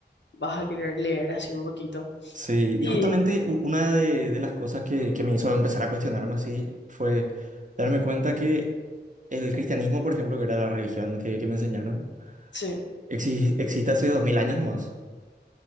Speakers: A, on the left; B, on the right.
A: vas a querer leer así un poquito.
B: Sí,
A: Y
B: y justamente u- una de, de las cosas que, que me hizo empezar a cuestionarme así fue darme cuenta que el cristianismo, por ejemplo, que era la religión que, que me enseñaron,
A: sí,
B: exi- existe hace dos mil años nomás.